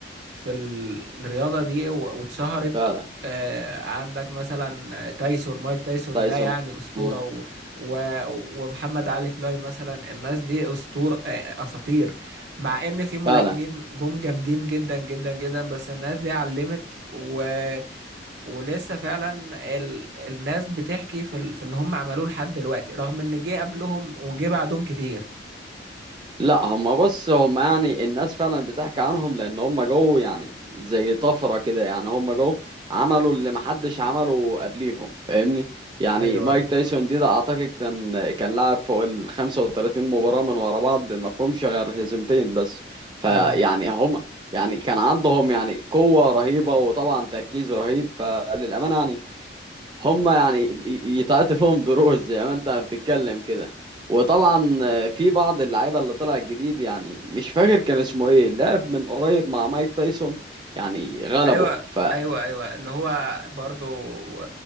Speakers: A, on the right; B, on the right.
A: في ال- الرياضة دي و- واتشهرت
B: فعلا
A: آه، عندك مثلا آه، تايسون مايك تايسون
B: تايسون
A: ده يعني أسطورة
B: مم،
A: و... و... ومحمد علي كلاي مثلا الناس دي أسطورة آه، آه، أساطير مع إن في ملاكمين
B: فعلا
A: جم جامدين جدا جدا جدا بس الناس دي علمت و... ولسه فعلا ال... الناس بتحكي في, ال... في اللي هم عملوه لحد دلوقتي رغم إن جه قبلهم وجه بعدهم كتير
B: لا هما بص هما يعني الناس فعلا بتحكي عنهم لان هما جو يعني زي طفرة كده يعني هما جو عملوا اللي محدش عمله قبليهم فاهمني يعني
A: ايوه
B: مايك
A: ايوه
B: تايسون دي ده اعتقد كان كان لعب فوق ال 35 مباراة من ورا بعض ما فيهمش غير هزيمتين بس فيعني
A: اه
B: هما يعني كان عندهم يعني قوة رهيبة وطبعا تركيز رهيب فللأمانة يعني هما يعني ي- يتعطي فيهم دروس زي ما انت بتتكلم كده وطبعا في بعض اللعيبه اللي طلع جديد يعني مش فاكر كان اسمه ايه لعب من قريب مع مايك تايسون يعني غلبه
A: ايوه
B: ف
A: ايوه ايوه اللي هو برضو